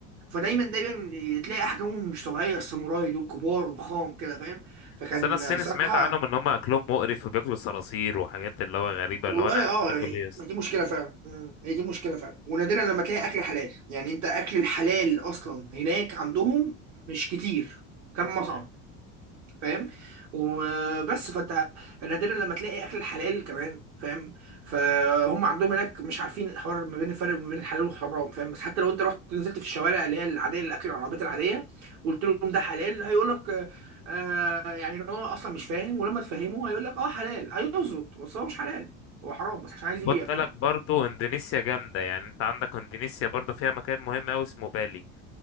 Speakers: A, on the right; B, on the left.
A: فدايما دايما تلاقي احجامهم مش طبيعيه الساموراي دول كبار وخام كده فاهم فكان
B: بس انا الصيني
A: صراحه
B: سمعت عنهم ان هم اكلهم مقرف وبياكلوا صراصير وحاجات اللي هو غريبه
A: والله
B: اللي هو انا عايز
A: اه
B: اكل
A: يعني
B: ايه يا اسطى؟
A: دي مشكله فعلا مم، هي دي مشكله فعلا ونادرا لما تلاقي اكل حلال يعني انت اكل الحلال اصلا هناك عندهم مش كتير كم مطعم
B: مم.
A: فاهم وبس فانت نادرا لما تلاقي اكل الحلال كمان فاهم فهم عندهم هناك مش عارفين الحوار ما بين الفرق ما بين الحلال والحرام فاهم بس حتى لو انت رحت نزلت في الشوارع اللي هي العاديه الاكل العربيات العاديه وقلت لهم ده حلال هيقول لك آه يعني ان هو اصلا مش فاهم ولما تفهمه هيقول لك اه حلال هيظبط بس هو مش حلال هو حرام بس عشان عايز
B: خد
A: يبيع
B: بالك
A: فاهم
B: برضو اندونيسيا جامدة يعني انت عندك اندونيسيا برضو فيها مكان مهم اوي اسمه بالي